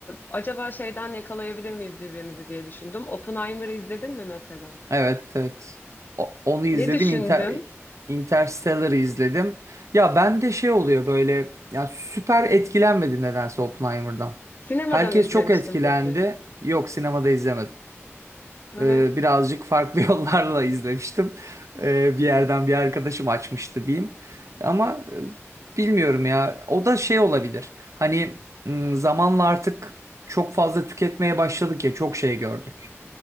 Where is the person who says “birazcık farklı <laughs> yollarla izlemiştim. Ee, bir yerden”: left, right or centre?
Right